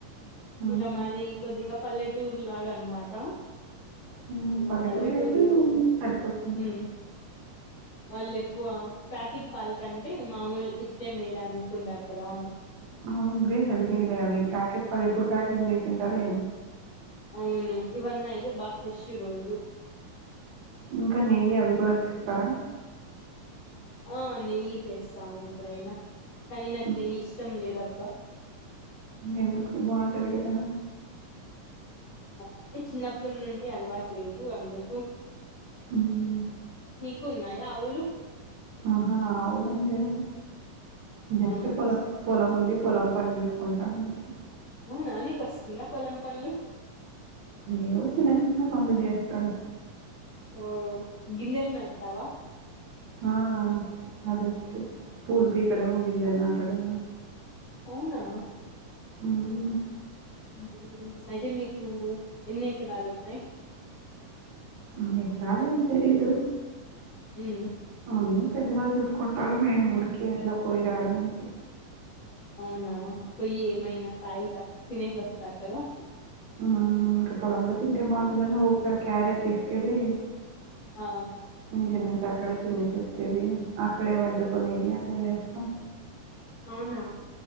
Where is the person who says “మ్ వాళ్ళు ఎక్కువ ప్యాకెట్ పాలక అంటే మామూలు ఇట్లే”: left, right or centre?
Left